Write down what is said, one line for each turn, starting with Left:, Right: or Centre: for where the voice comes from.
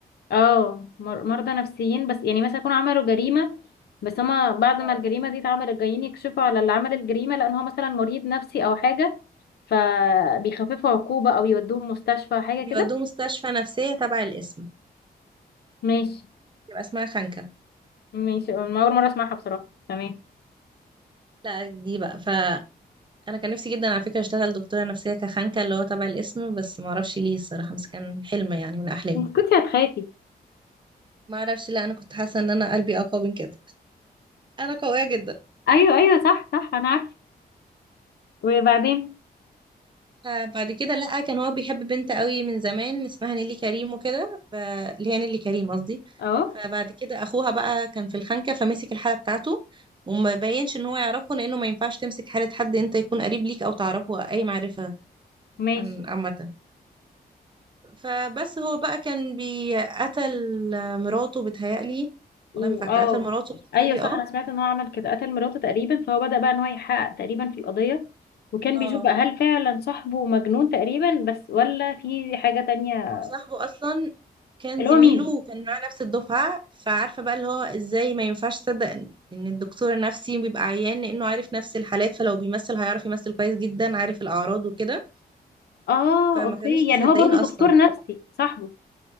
Left: اه مر... مرضى نفسيين بس يعني مثلا يكونوا عملوا جريمه بس هما بعد
Right: آه.
Left: ما الجريمه دي اتعملت جايين يكشفوا على اللي عمل الجريمه لان هو مثلا مريض نفسي او حاجه فبيخففوا عقوبه او يودوهم مستشفى حاجه
Right: بيودوه
Left: كده
Right: مستشفى نفسية تبع القسم
Left: ماشي
Right: يبقى اسمها خانكة
Left: ماشي أنا اول مره اسمعها بصراحه تمام
Right: لا دي بقى فأنا كان نفسي جدا على فكرة أشتغل دكتورة نفسية كخانكة اللي هو تبع الاسم بس ما أعرفش ليه الصراحة بس كان حلم يعني من أحلامي
Left: انت كنتي هتخافي
Right: ما أعرفش لا أنا كنت حاسة إن أنا قلبي أقوى من كده أنا قوية جدا
Left: ايوه ايوه صح صح انا عارفه وبعدين
Right: فبعد كده لا كان هو بيحب بنت قوي من زمان اسمها نيلي كريم وكده ف- اللي هي نيلي كريم قصدي
Left: اهو
Right: فبعد كده أخوها بقى كان في الخانكة فمسك الحالة بتاعته وما بينش إن هو يعرفه لأنه ما ينفعش تمسك حالة حد أنت يكون قريب ليك أو تعرفه أي معرفة
Left: ماشي
Right: عن عامة فبس هو بقى كان بيقتل مراته بتهيألي
Left: واه
Right: والله ما فاكرة قتل مراته بتهيألي
Left: ايوه صح
Right: اه
Left: انا سمعت ان هو عمل كده قتل مراته تقريبا فهو بدأ بقى ان هو يحقق تقريبا في القضية وكان
Right: اه
Left: بيشوف بقى هل فعلا صاحبه مجنون تقريبا بس ولا في حاجة تانية
Right: هو صاحبه اصلا كان
Left: اللي
Right: زميله
Left: هو مين
Right: وكان معاه نفس الدفعة فعارفة بقى اللي هو ازاي ما ينفعش تصدق ان إن الدكتور النفسي بيبقى عيان لانه عارف نفس الحالات فلو بيمثل هيعرف يمثل كويس جدا عارف الاعراض وكده
Left: اه
Right: فما
Left: اوكي
Right: كانوش
Left: يعني
Right: مصدقين
Left: هو برضو
Right: اصلا
Left: دكتور نفسي صاحبه